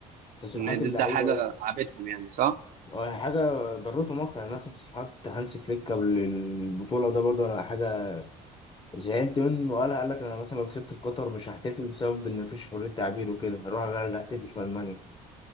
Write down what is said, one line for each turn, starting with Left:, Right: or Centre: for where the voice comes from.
Left: تصريحات
Right: ان ده,
Left: اللعيبه
Right: ده حاجه
Left: و-
Right: عابتهم يعني صح
Left: حاجه ضرتهم اكتر يعني مثلا تصريحات هانسي فليك قبل البطوله ده برضه انا حاجه زعلت منه وقالها قال لك انا مثلا لو كسبت في قطر مش هحتفل بسبب ان مفيش حريه تعبير وكده هروح احتفل في المانيا